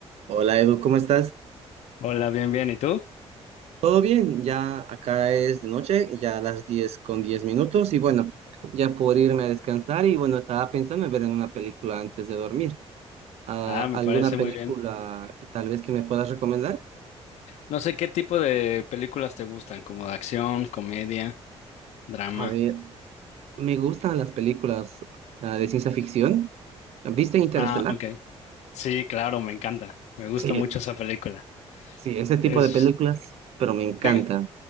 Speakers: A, on the right; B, on the left.
A: Hola Edu, ¿cómo estás?
B: Hola, bien, bien. ¿Y tú?
A: ¿Todo bien? Ya acá es de noche, ya a las 10 con 10 minutos y bueno, ya por irme a descansar y bueno, estaba pensando en ver en una película antes de dormir. Ah,
B: Ah, me
A: ¿alguna
B: parece
A: película
B: muy bien.
A: tal vez que me puedas recomendar?
B: No sé qué tipo de películas te gustan, como de acción, comedia, drama.
A: A ver, me gustan las películas ah, de ciencia ficción. ¿Viste Interestelar?
B: Ah, ok. Sí, claro, me encanta. Me gusta
A: Sí,
B: mucho esa película.
A: sí, ese tipo
B: Es,
A: de películas, pero me encanta.
B: fí-